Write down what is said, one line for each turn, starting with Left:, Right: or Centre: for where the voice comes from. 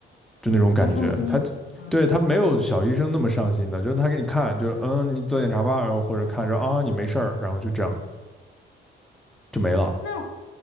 Centre: 就那种感觉。
Left: 要上心一点啊。
Centre: 他对他没有小医生那么上心的，就是他给你看，就是嗯，你做检查吧，然后或者看着啊你没事儿，然后就这样就没了。
Left: 那